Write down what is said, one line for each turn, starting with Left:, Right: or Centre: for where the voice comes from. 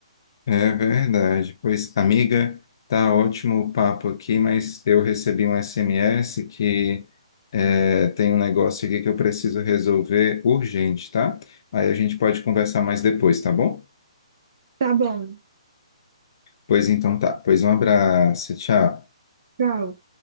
Left: é verdade. Pois, amiga, tá ótimo o papo aqui, mas eu recebi um SMS que é, tem um negócio aqui que eu preciso resolver urgente, tá? Aí a gente pode conversar mais depois, tá bom?
Right: Tá bom,
Left: Pois então tá, pois um abraço, tchau.
Right: tchau.